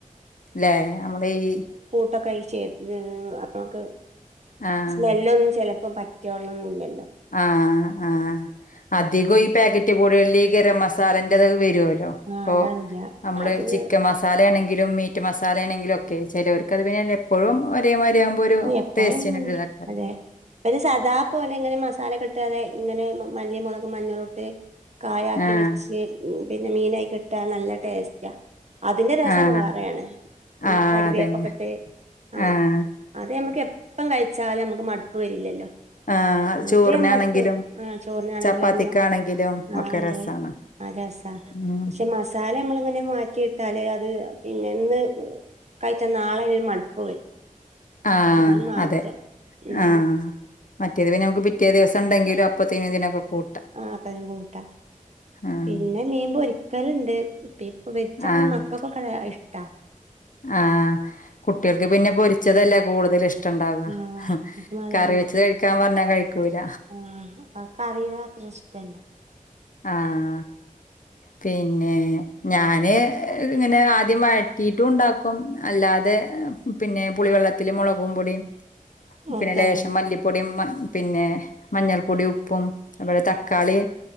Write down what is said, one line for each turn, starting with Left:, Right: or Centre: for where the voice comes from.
Left: അല്ലേ നമ്മടെ ഈ
Right: <unintelligible> നമക്ക്
Left: ആഹ്
Right: സ്മെല്ലൊന്നും ചിലപ്പോ പറ്റി യോളണം എന്നില്ലല്ലോ
Left: ആഹ്‌ ആഹ്‌ അധികം ഈ പാക്കറ്റ് പൊടികളില് ഗരം മസാലന്റെത് വരുവല്ലോ
Right: ആഹ്
Left: ഇപ്പോ
Right: അതാ വരാ
Left: നമ്മള്
Right: അത്
Left: ചിക്കൻ മസ മസാലയാണെങ്കിലും മീറ്റ് മസാല ആണെങ്കിലും ഒക്കെ ചിലർക്ക് അത് പിന്നെ എപ്പോഴും ഒരേമാതിരിയാകുമ്പോൾ ഒരു
Right: ആ എപ്പോഴൊന്നും
Left: ടേസ്റ്റിനു ഒരു ഇതല്ലേ
Right: അതെ പിന്നെ സദാ പോലെ ഇങ്ങനെ മസാലൊക്കെ കിട്ടാതെ ഇങ്ങനെ മല്ലിയും മുളകും മഞ്ഞളും ഇട്ട് കായാക്കി
Left: ആഹ്
Right: വെച്ച് പിന്നെ മീനായി കിട്ടാ നല്ല ടേസ്റ്റാ അതിന്റെ രസം
Left: ആഹ്
Right: വേറെയാണ് പിന്നെ
Left: ആഹ്
Right: കറിവേപ്പൊക്കെ
Left: അതന്നെ
Right: ഇട്ട് ആഹ
Left: ആഹ്
Right: അത് നമ്മക്ക് എപ്പം കഴിച്ചാലും നമ്മുക്ക് മടുപ്പ് വരില്ലല്ലോ
Left: ആഹ്
Right: മറ്റേ
Left: ചോറിനാണെങ്കിലും
Right: നമ്മക്ക് ആ ചോറിനാണെങ്കിലും
Left: ചപ്പാത്തിക്കാണെങ്കിലും
Right: അല്ല ആഹ്‌
Left: ഒക്കെ
Right: അല്ലെ
Left: രസാണ്
Right: ആഹ്‌ രസ
Left: ഉം
Right: പക്ഷെ മസാ സാല നമ്മളിങ്ങനെ മാറ്റിയിട്ടാൽ അത് പിന്നെന്ന് കഴിച്ചാൽ നാളെ അതിനൊരു മടുപ്പ് വരും
Left: ആഹ്
Right: അതാ മാറ്റം
Left: അതെ
Right: ഉം
Left: ആഹ് മറ്റേത് നമുക്ക് പിറ്റേ ദിവസം ഉണ്ടെങ്കിൽ അപ്പത്തിനതിനൊക്കെ കു
Right: ആഹ് അപ്പഴും കൂട്ട
Left: ആഹ്
Right: പിന്നെ മീൻ പൊരിക്കലുണ്ട് ഇപ്പ ഇപ്പൊ വെച്ചെ
Left: ആഹ്
Right: മക്കക്കെ അതാ ഇഷ്ടം
Left: ആഹ് കുട്ടികൾക്ക് പിന്നെ പൊരിച്ചതല്ലേ കൂടുതൽ ഇഷ്ടണ്ടാവുക
Right: ആഹ് അപ്പം അതാണ്
Left: കറി വെച്ചത് കഴിക്കാൻ പറഞ്ഞാ കഴിക്കൂല
Right: ആഹ് കറീ ആർക്കും അത്ര ഇഷ്ടല്ല
Left: ആഹ് പിന്നെ ഞാന് ഇങ്ങനെ ആദ്യം വഴറ്റിട്ടും ഉണ്ടാക്കും അല്ലാതെ പിന്നെ പുളിവെള്ളത്തില് മുളകും പൊടിയും പിന്നെ
Right: ഓക്കെ
Left: ലേശം
Right: ആഹ്
Left: മല്ലിപ്പൊടിയും മ പിന്നെ മഞ്ഞൾപ്പൊടി ഉപ്പും അവിടെ തക്കാളി